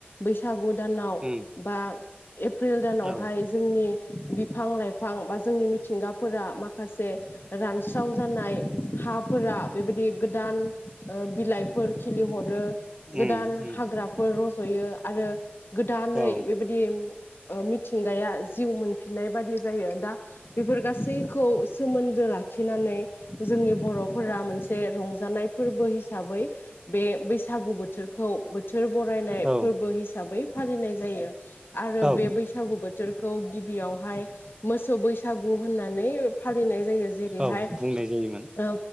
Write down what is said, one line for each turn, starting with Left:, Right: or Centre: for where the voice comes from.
Left: बैसागु दानाव
Right: उम
Left: बा एप्रिल दानावहाय
Right: औ
Left: जोंनि बिफां लाइ फां बा जोंनि मिथिंगाफोरा माखासे रानस्राव जानाय हाफोरा बेबायदि गोदान बिलाइफोर खिलिहर आरो गोदान
Right: उम उम
Left: हाग्राफोर जयो आरो गोदानै
Right: औ
Left: बेबायदि ओ मिथिंगाया जिउ मोनफिननाय बादि जायो ।दा बेफोर गासैखौ सोमोन्दो लाखिनानै जोंनि बर'फोरा मोनसे रंजानाय फोरबो हिसाबै बे बैसागु बोथोरखौ बोथोर बरायनाय
Right: औ
Left: फोरबो हिसाबै फालिनाय जायो। आरो
Right: औ
Left: बे बैसागु बो थोरखौ गिबियावहाय मोसौ बैसागु होननानै फालिनाय जायो जेरैहाय
Right: औ बुंनाय जायोमोन
Left: ओ